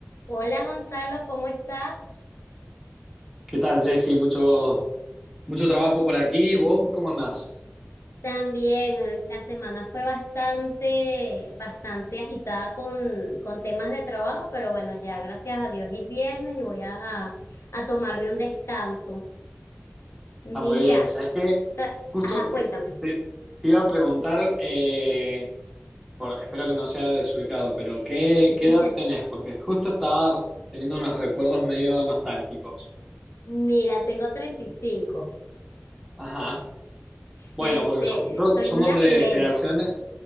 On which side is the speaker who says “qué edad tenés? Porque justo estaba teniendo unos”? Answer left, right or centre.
Centre